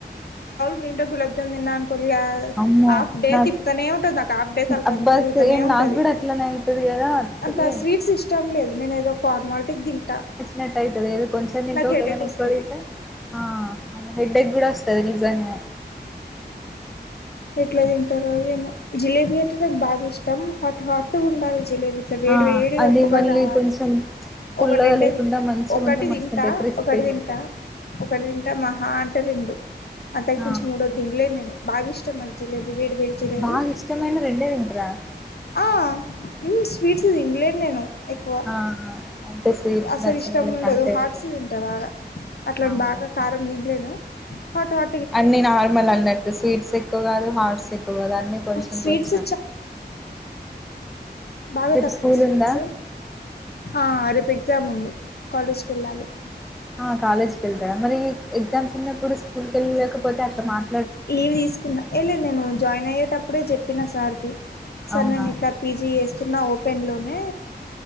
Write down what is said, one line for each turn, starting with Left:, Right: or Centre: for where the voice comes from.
Left: మీ ఇంట్లో గులాబ్ జామ్ తిన్నా కొలిగా
Centre: అమ్మో
Left: హాఫ్ డే
Centre: నాకు
Left: తిప్పుతనే ఉంటది నా హాఫ్ డే తల్కాయంత
Centre: అబ్బా
Left: తిరుగుతనే
Centre: సేమ్
Left: ఉంటంది.
Centre: నాకు కూడా అట్లనే అయితది కదా సేమ్
Left: అంత స్వీట్స్ ఇష్టం లేదు నేను ఏదో ఫార్మాలిటీ తింటా
Centre: నట్టైతది ఎదో కొంచం తింటే
Left: నాకు
Centre: ఓకే
Left: హెడేక్
Centre: గానీ
Left: వస్తది
Centre: ఎక్కువ తింటే ఆఁ అవును హెడ్డెక్ గూడ వస్తది నిజమే
Left: ఎట్ల తింటరో ఏమో! జిలేబీ అంటే నాకు బాగ ఇష్టం హాట్ హాట్ ఉండాలి జిలేబీ ఇట్ల వేడి
Centre: ఆ
Left: వేడిగా
Centre: అది
Left: పొగలు
Centre: మళ్ళీ
Left: రావాలే
Centre: కొంచెం పుల్లగా
Left: ఒకటి రెండే
Centre: లేకుండా
Left: తింటా
Centre: మంచిగా
Left: ఒకటి
Centre: ఉంటే మస్తుంటాయి
Left: తింటా
Centre: క్రిస్పీగా
Left: ఒకటి తింటా
Centre: ఉంటాయి
Left: ఒకటి తింటా మహా అం టే రెండు అంతకు
Centre: ఆ
Left: మించి మూడోది తినలేను నేను బాగ ఇష్టం నాకు జిలేబీ వేడి వేడి జిలేబీ
Centre: బాగా ఇష్టమైన రెండే తింటరా
Left: ఆఁ మ్ఁ స్వీట్స్ తిన్లేను నేను ఎక్కువ
Centre: ఆ అంటే స్వీట్స్
Left: అసలు
Centre: నచ్చినోళ్ళకి
Left: ఇష్టం ఉండదు
Centre: అంతే
Left: హాట్స్
Centre: ఉంటది
Left: తింట బాగ అట్లని
Centre: అవును
Left: బాగ కారం తిన్లేను హాటు, హా
Centre: అన్ని నార్మల్ అన్నట్టు స్వీట్స్ ఎక్కువ కాదు హార్ట్స్ ఎక్కు <unintelligible> కొంచెం
Left: స్వీట్స్
Centre: కొంచెం
Left: బాగ
Centre: రేపు
Left: తక్కువ
Centre: స్కూల్
Left: స్వీట్స్
Centre: ఉందా
Left: ఆఁ రేపు ఎగ్జామ్ ఉంది కాలేజ్కి ఎళ్ళాలి
Centre: ఆ కాలేజ్ కెళ్తారా మరీ ఎగ్జామ్స్ ఉన్నప్పుడు స్కూల్ కెళ్ళలేకపోతే అట్ల మార్
Left: లీవ్ తీసుకున్న. ఏ లేదు నేను జాయిన్ అయ్యేటప్పుడే చెప్పిన సార్ కి సార్
Centre: అవునా
Left: నేను ఇట్ల పీజీ చేస్తున్న ఓపెన్ లోనే